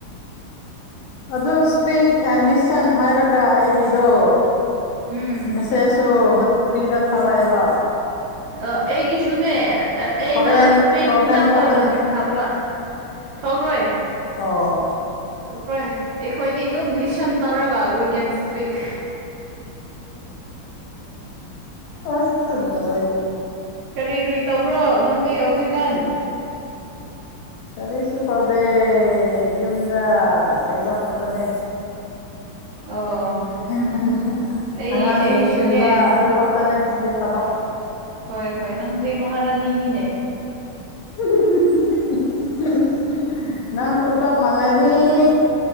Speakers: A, on the left; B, on the right.
A: ꯑꯗꯨ ꯏꯁꯄꯤꯛ ꯑꯦꯟ ꯂꯤꯁꯟ ꯍꯥꯏꯔꯒ ꯑꯩꯒꯤꯗꯣ
B: ꯎꯝ
A: ꯃꯁꯦꯁꯁꯨ ꯐꯨꯔꯤꯗ ꯐꯔꯛꯑꯦꯕ
B: ꯑꯩꯒꯤꯁꯨꯅꯦ ꯑꯩꯅ
A: ꯍꯣꯔꯦꯟ
B: ꯏꯁꯄꯦꯛ
A: ꯄ꯭ꯔꯣꯕ꯭ꯂꯦꯝ
B: ꯉꯥꯛꯇ
A: ꯊꯣꯛꯀꯅꯤ
B: ꯍꯥꯞꯄ ꯊꯣꯛꯈ꯭ꯔꯣꯏ
A: ꯑꯣ
B: ꯊꯣꯛꯈ꯭ꯔꯣꯏ ꯑꯩꯈꯣꯏꯗꯤ ꯑꯗꯨꯝ ꯂꯤꯁꯟ ꯇꯧꯔꯒ ꯋꯤ ꯀꯦꯟ ꯁ꯭ꯄꯤꯛ
A: ꯑꯁ ꯊꯗ
B: ꯀꯔꯤ ꯀꯔꯤ ꯇꯧꯕ꯭ꯔꯣ ꯅꯪꯗꯤ ꯍꯧꯖꯤꯛꯀꯥꯟ
A: ꯀꯔꯤꯁꯨ ꯇꯧꯗꯦ ꯌꯨꯝꯗ ꯂꯩꯕ ꯈꯄꯅꯦ
B: ꯑꯣ
A: ꯝ
B: ꯑꯩ
A: ꯑꯉꯥꯡ
B: ꯑꯩꯁꯨꯅꯦ
A: ꯌꯦꯡꯁꯤꯟꯕ ꯑꯗꯨ ꯈꯛꯇꯅꯦ ꯍꯥꯏꯁꯦ ꯊꯕꯛ
B: ꯍꯣꯏ ꯍꯣꯏ ꯅꯪꯗꯤ ꯃꯍꯥꯔꯥꯅꯤꯅꯤꯅꯦ
A: <unintelligible> ꯅꯪ ꯁꯨꯁꯞ ꯃꯅꯅꯤ <inaudible>